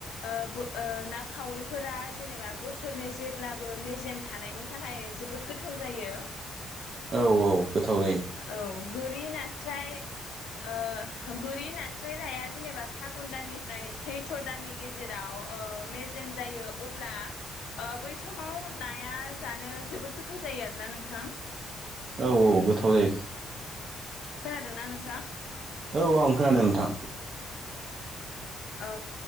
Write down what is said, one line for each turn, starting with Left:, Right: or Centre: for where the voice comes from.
Left: ओ बो ओ ना खावैफोरा जेनेबा बोसोरनै जेब्लाबो मेजेम थानायनि थाखाय जोबोद गोथाव जायो
Right: औ औ गोथाव जायो
Left: औ गोरि नास्राय ओ गोरि नास्राय नाया जेनेबा फागुनदाननि ओमफ्राय सैथ्र दाननि गेजेराव ओ मेजेम जायो अब्ला बै समाव नाया जानो जोबोद गोथाव जायो आरोना नोंथां
Right: औ औ गोथाव जायो
Left: खोनादोंना नोंथां
Right: औ आं खोनादों नोंथां
Left: औ